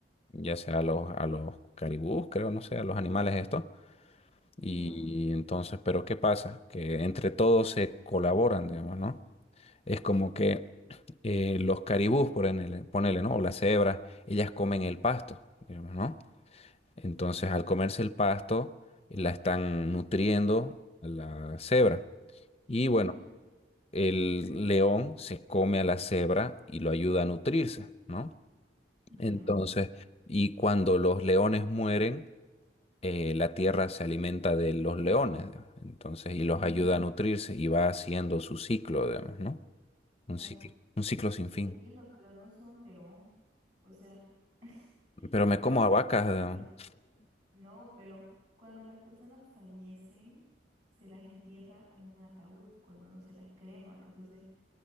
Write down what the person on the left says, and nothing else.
ya sea a los, a los caribús, creo, no sé, a los animales estos. Y
entonces, pero ¿qué pasa? Que entre todos se colaboran, digamos, ¿no? Es como que eh, los caribús, ponele, ponele, ¿no? O las cebras, ellas comen el pasto, digamos, ¿no? Entonces, al comerse el pasto, la están nutriendo a la cebra. Y
bueno, el león se come a la cebra y lo ayuda a nutrirse, ¿no?
Entonces, y cuando los leones mueren, eh, la tierra se alimenta de los leones, digamos. Entonces, y los
ayuda a nutrirse y va haciendo su ciclo, digamos, ¿no?
Un ciclo, un ciclo sin
fin.
Pero me
como
a vacas.
¿no?